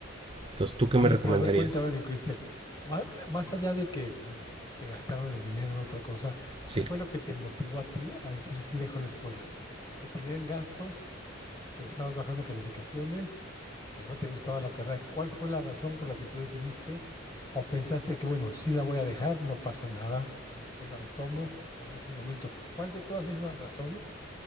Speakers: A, on the right; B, on the left.
A: Entonces, ¿tú
B: Oye,
A: qué me recomendarías?
B: pero a ver, cuéntame algo, Cristian. Ma- Más allá de que, bueno, se gastaron el dinero en otra cosa,
A: Sí.
B: ¿qué fue lo que te motivó a ti a decir sí dejo la escuela? ¿Que tenían gastos, que estabas bajando calificaciones, que no te gustaba la carrera? ¿Cuál fue la razón por la que tú decidiste? ¿O pensaste que, bueno, sí la voy a dejar, no pasa nada, o después la retomo, o no es el momento? ¿Cuál de todas esas razones